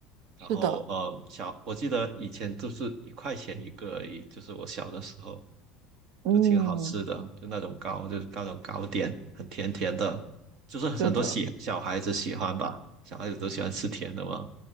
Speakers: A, on the right; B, on the right.
A: 是的，
B: 然后，呃，小，我记得以前就是一块钱一个而已，就是我小的时候
A: 嗯，
B: 就挺好吃的，就那种糕，就是那种糕点，很甜甜的，就是很多喜小孩子喜欢吧，
A: 对的，
B: 小孩子都喜欢吃甜的嘛。